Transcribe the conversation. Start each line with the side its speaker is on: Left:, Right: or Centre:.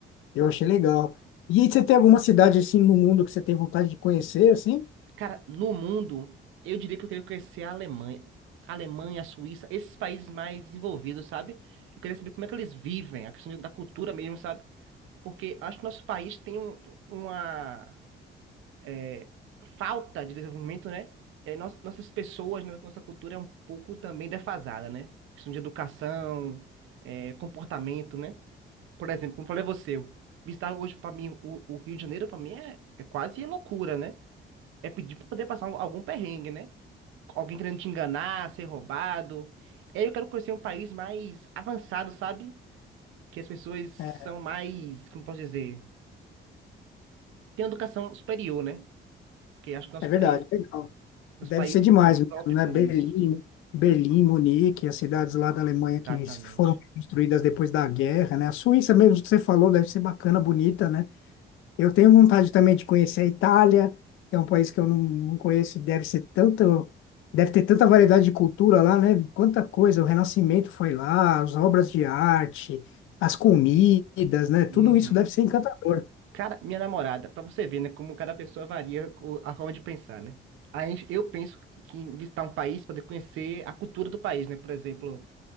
Left: eu achei legal. E você tem alguma cidade assim no mundo que você tem vontade de conhecer, assim?
Right: Cara, no mundo, eu diria que eu queria conhecer a Alemanha. A Alemanha, a Suíça, esses países mais desenvolvidos, sabe? Eu queria saber como é que eles vivem, a questão da cultura mesmo, sabe? Porque acho que nosso país tem um- uma é, falta de desenvolvimento, né? E aí nós- nossas pessoas, né, nossa cultura é um pouco também defasada, né? Questão de educação, é, comportamento, né? Por exemplo, como falei a você, visitar hoje para mim o, o Rio de Janeiro, para mim é, é quase loucura, né? É pedir para poder passar algum perrengue, né? alguém querendo te enganar, ser roubado. E aí eu quero conhecer um país mais avançado, sabe? Que as pessoas são
Left: É,
Right: mais, como posso dizer, têm uma educação superior, né? Porque acho que nosso
Left: é verdade,
Right: país,
Left: legal.
Right: nosso
Left: Deve
Right: país
Left: ser demais mesmo,
Right: sofre
Left: né?
Right: com
Left: Berlim,
Right: isso.
Left: Berlim, Munique, as cidades lá da Alemanha que
Right: Exatamente.
Left: foram construídas depois da guerra, né? A Suíça mesmo que você falou deve ser bacana, bonita, né? Eu tenho vontade também de conhecer a Itália, que é um país que eu não, não conheço, e deve ser tanto, deve ter tanta variedade de cultura lá, né? Quanta coisa, o Renascimento foi lá, as obras de arte, as comidas, né? Tudo
Right: Uhum.
Left: isso deve ser encantador.
Right: Cara, minha namorada, pra você ver, né, como cada pessoa varia o- a forma de pensar, né? A gente, eu penso que em visitar um país, poder conhecer a cultura do país, né? Por exemplo,